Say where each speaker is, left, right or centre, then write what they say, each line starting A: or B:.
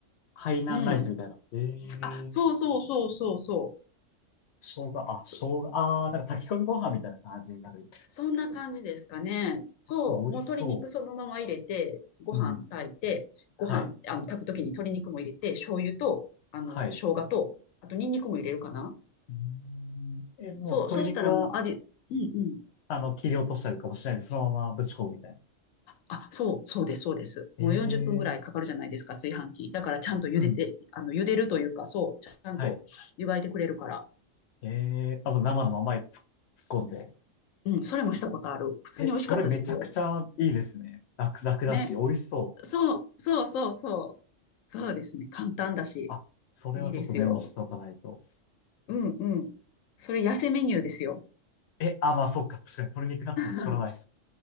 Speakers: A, on the left; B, on the left.
A: ハイ南ライスみたいな。
B: うん。
A: えー、
B: あ、そうそうそうそうそう。
A: 生姜、あ、生姜、
B: そ、
A: あー、なんか炊き込みご飯みたいな感じになる。
B: そんな感じですかね。そう。
A: あ、美味しそ
B: もう鶏肉そのまま入れて、ご飯炊いて、
A: う。うん。
B: ご飯、
A: はい。
B: あの、炊くときに鶏肉も入れて、醤油と、あの、
A: はい。
B: 生姜と、あとニンニクも入れるかな。
A: うーん。え、もう鶏肉は、
B: そう。そしたらもう味、うんうん。
A: あの、切り落としたりとかもしないで、そのままぶち込むみたいな。
B: あ、そう、そうです、そうです。
A: えー、
B: もう40分ぐらいかかるじゃないですか、炊飯器。だからちゃんと茹でて、
A: うん。
B: あの、茹でるというか、そう、ちゃんと湯がいてくれるから。
A: はい。えー、あ、もう生のままにつ突っ込んで。
B: うん、それもしたことある。普通に美味しかったですよ。
A: え、それめちゃくちゃいいですね。楽、楽だし、
B: ね。
A: 美味しそう。
B: そう、そうそうそう。そうですね。簡単だし、
A: あ、それはちょっとメモしておかないと。
B: いいですよ。うんうん。それ痩せメニューですよ。
A: え、あ、まあ、そっか。確かに鶏肉だったら太らないです。
B: <laughs>